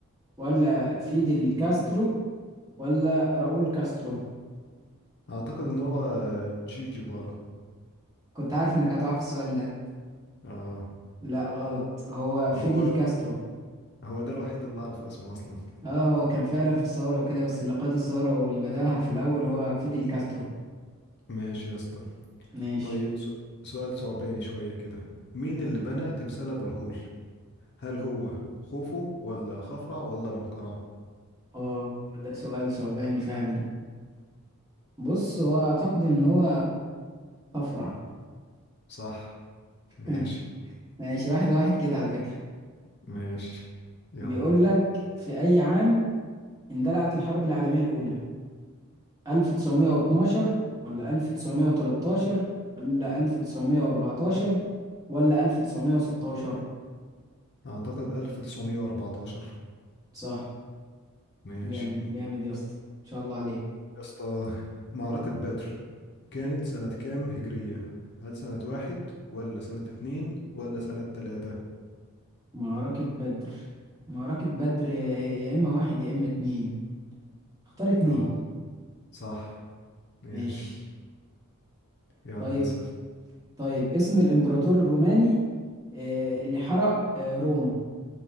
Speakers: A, on the right (about 15°); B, on the left (about 50°).
A: ولا فيدل كاسترو ولا راؤول كاسترو
B: اعتقد ان هو تشي جيفارا
A: كنت عارف انك هتقع في السؤال ده
B: اه
A: لا غلط هو
B: هو
A: فيدل كاسترو
B: هو ده الوحيد اللي اعرف اسمه اصلا
A: اه هو كان فعلا في الثورة وكده بس اللي قاد الثورة واللي بدأها في الأول هو فيدل كاسترو
B: ماشي يا اسطى
A: ماشي
B: طيب س- سؤال ثعباني شوية كده مين اللي بنى تمثال ابو الهول هل هو خوفو ولا خفرع ولا منقرع
A: اه ده سؤال صعباني فعلا بص هو أعتقد إن هو أفرع
B: صح
A: <laughs>
B: ماشي
A: ماشي واحد واحد كده على فكرة
B: ماشي يلا
A: بيقول لك في أي عام اندلعت الحرب العالمية الأولى 1912 ولا 1913 ولا 1914 ولا 1916
B: اعتقد 1914
A: صح
B: ماشي
A: جامد جامد يا اسطى ان شاء الله عليك
B: يا اسطى معركة بدر كانت سنة كام هجرية هل سنة واحد ولا سنة اتنين ولا سنة تلاتة
A: معركة بدر معركة بدر يا يا اما واحد يا اما اتنين اختار اتنين
B: اه صح ماشي
A: ماشي
B: يلا
A: طيب
B: اسأل
A: طيب اسم الامبراطور الروماني آه، اللي حرق آه، روما